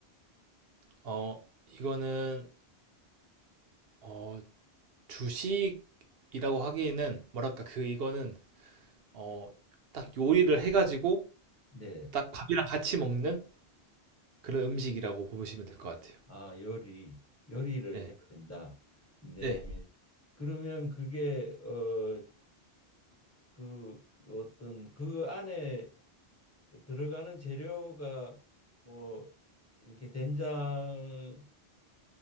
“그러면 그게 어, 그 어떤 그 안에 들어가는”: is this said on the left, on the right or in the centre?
Left